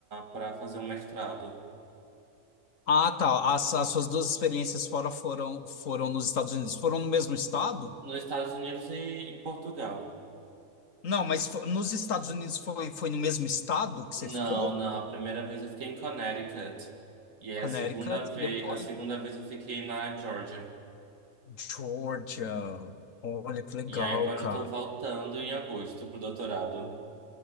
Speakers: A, on the right (about 75°); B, on the left (about 75°).
A: para fazer um mestrado.
B: Ah, tá. As, as suas duas experiências fora foram, foram nos Estados Unidos. Foram no mesmo estado?
A: Nos Estados Unidos e em Portugal.
B: Não, mas fo- nos Estados Unidos foi, foi no mesmo estado que você
A: Não,
B: ficou?
A: não, a primeira vez eu fiquei em Connecticut. E aí
B: Connecticut
A: a segunda vez,
B: e depois
A: a segunda vez eu fiquei na Georgia.
B: Georgia. Olha que legal,
A: E aí agora
B: cara.
A: eu tô voltando em agosto pro doutorado,